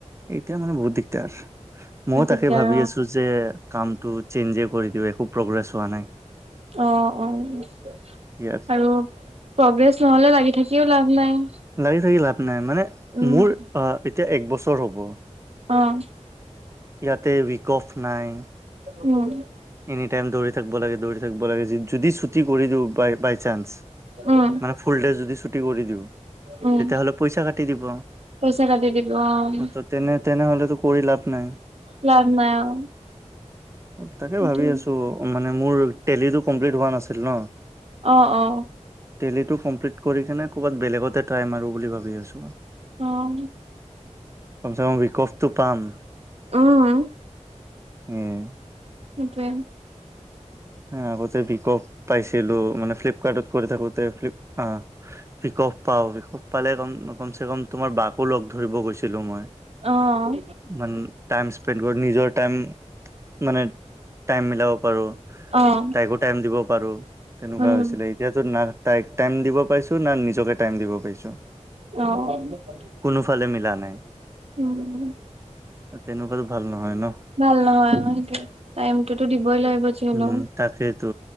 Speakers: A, on the right (about 25°); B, on the right (about 55°).
A: এতিয়া মানে বহুত দিকদাৰ। মই
B: দিগদাৰ
A: তাকে ভাবি আছো যে কামটো চেঞ্জে কৰি দিওঁ একো প্ৰগ্ৰেছ হোৱা নাই।
B: অ', অ',
A: ইয়াত
B: আৰু প্ৰগ্ৰেছ নহলে লাগি থাকিও লাভ নাই।
A: লাগি থাকি লাভ নাই মানে
B: উম,
A: মোৰ অ, এতিয়া এক বছৰ হ'ব।
B: অ',
A: ইয়াতে উৱিক অফ নাই।
B: উম,
A: এনি টাইম দৌৰি থাকিব লাগে, দৌৰি থাকিব লাগে, য যদি ছুটি কৰি দিওঁ বাই-বাই চান্স।
B: উম,
A: মানে ফুল ডে যদি ছুটি কৰি দিওঁ
B: উম,
A: তেতিয়াহ'লে পইচা কাটি দিব।
B: পইচা কাটি দিব অ',
A: ত তেনে তেনেহলেতো কৰি লাভ নাই।
B: লাভ নাই। অ',
A: তাকে
B: সেইটোৱে
A: ভাবি আছো মানে মোৰ টেলিটো কমপ্লিট হোৱা নাছিল ন।
B: অ, অ,
A: টেলিটো কমপ্লিট কৰি কিনে ক'ৰবাত বেলেগতে ট্ৰাই মাৰো বুলি ভাবি আছোঁ আৰু।
B: অ',
A: কমচেকম উইকফটো পাম।
B: উম,
A: উম,
B: সেইটোৱে।
A: অ, আগতে ভিক অফ পাইছিলো মানে ফ্লিপকাৰ্টত কৰি থাকোতে। অহ, উইক অফ, পাওঁ উইক অফ পালে কমচে কম তোমাৰ বাকো লগ ধৰিব গৈছিলো মই।
B: অ',
A: মান টাইম স্পেণ্ড কৰোঁ নিজৰ টাইম। মানে টাইম মিলাব পাৰোঁ,
B: অ',
A: তাইকো টাইম দিব পাৰোঁ তেনেকুৱা
B: উম,
A: হৈছিলে। এতিয়াতো না তাইক টাইম দিব পাইছো, না নিজকে টাইম দিব পাৰিছো।
B: অ',
A: কোনোফালে মিলা নাই
B: উম
A: তেনেকুৱাতো ভাল নহয় ন।
B: ভাল নহয় হয়টো টাইমটোতো দিবই লাগিব। যি হলেও
A: উম, তাকেইতো